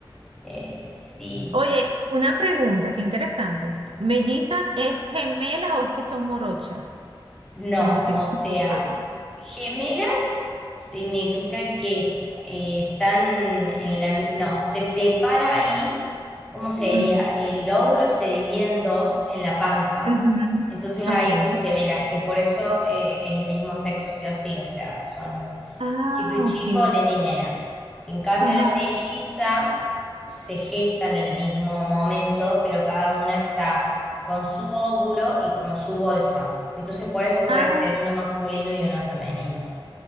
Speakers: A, in the centre; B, on the right (about 90°).
A: Eh, sí,
B: Oye, una pregunta, qué interesante esto. ¿Mellizas es gemelas o es que son morochas?
A: no,
B: Como decimos.
A: o sea,
B: en Venezuela.
A: gemelas significa que eh, están en la... mi- No, se separa ahí, ¿cómo sería?
B: Okay.
A: El óvulo se divide en dos en la panza.
B: Ujú.
A: Entonces
B: Okay.
A: ahí son gemelas, que por eso eh, es el mismo sexo sí o sí, o sea, son
B: Ah,
A: chico y chico,
B: okay.
A: nena y nena. En cambio,
B: Ajá.
A: la melliza se gesta en el mismo momento, pero cada una está con su óvulo y con su bolsa. Entonces, por eso puede
B: Ah,
A: ser uno masculino y uno femenino.